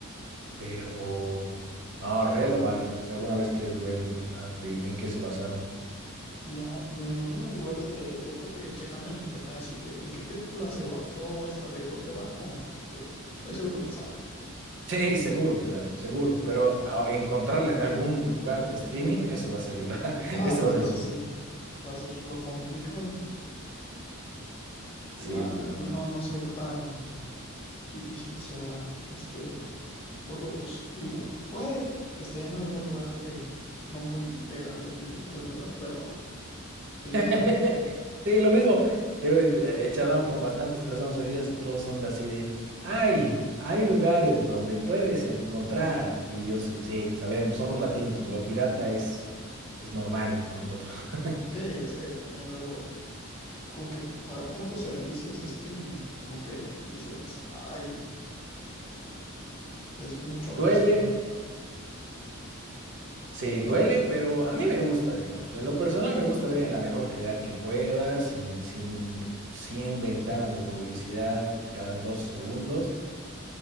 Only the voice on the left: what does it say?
Ya, pues me imagino igual este, yo creo que checando en internet, así que ¿en qué película se basó esta de Golpe Bajo? Te- estoy seguro que sale.
Ah,
bueno,
eso
sí, va a ser lo complicado.
Igual,
no, no sé qué tan difícil sea, este, porque pues igu- puede que esté en algún lugar de no muy legal de películas, ¿verdad? Pero
pues ya,
sí, es que también luego, como que pagar tantos servicios de streaming, como que dices, ay. Es mucho
gasto.